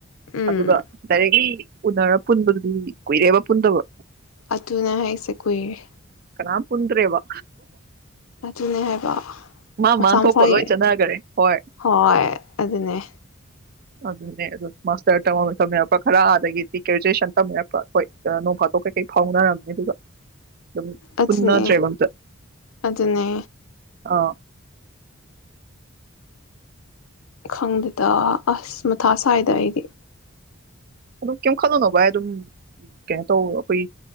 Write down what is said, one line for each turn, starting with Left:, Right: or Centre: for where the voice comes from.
Left: ꯎꯝ
Right: ꯑꯗꯨꯒ ꯗꯥꯏꯔꯦꯛꯂꯤ ꯎꯅꯔ ꯄꯨꯟꯕꯗꯨꯗꯤ ꯀꯨꯏꯔꯦꯕ ꯄꯨꯟꯗꯕ
Left: ꯑꯗꯨꯅꯦ ꯍꯥꯏꯁꯦ ꯀꯨꯏꯔꯦ
Right: ꯀꯅꯥꯝ ꯄꯨꯟꯗꯔꯦꯕ
Left: ꯑꯗꯨꯅꯦ ꯍꯥꯏꯕ
Right: ꯃꯥ
Left: ꯃꯁꯥ
Right: ꯃꯥ
Left: ꯃꯁꯥꯒꯤ
Right: ꯊꯣꯛꯄ ꯂꯣꯏ ꯆꯠꯅꯒꯔ꯭ꯦ ꯍꯣꯏ
Left: ꯍꯣꯏ ꯑꯗꯨꯅꯦ
Right: ꯑꯗꯨꯅꯦ ꯑꯗꯨ ꯃꯥꯁꯇꯔ ꯊꯧꯅꯔꯛꯄ ꯈꯔ ꯑꯗꯒꯤꯗꯤ ꯒ꯭ꯔꯦꯖꯨꯋꯦꯁꯟ ꯇꯧꯅꯔꯛꯄ ꯑꯩꯈꯣꯏ ꯅꯣꯡ ꯐꯥꯇꯣꯛ ꯀꯩꯀꯩ ꯐꯥꯎꯅꯔꯝꯃꯦ ꯑꯗꯨꯒ ꯑꯗꯨꯝ
Left: ꯑꯗꯨꯅꯦ
Right: ꯄꯨꯟꯅꯗꯔ꯭ꯦꯕ ꯑꯝꯇ
Left: ꯑꯗꯨꯅꯦ
Right: ꯑꯥ
Left: ꯈꯪꯗꯦꯗ ꯑꯁ ꯃꯊꯥ ꯁꯥꯏꯗ ꯑꯩꯗꯤ
Right: ꯑꯗꯨꯝ ꯀꯩꯝ ꯈꯜꯂꯨꯅꯣ ꯚꯥꯏ ꯑꯗꯨꯝ ꯀꯩꯅꯣ ꯇꯧ ꯑꯩꯈꯣꯏ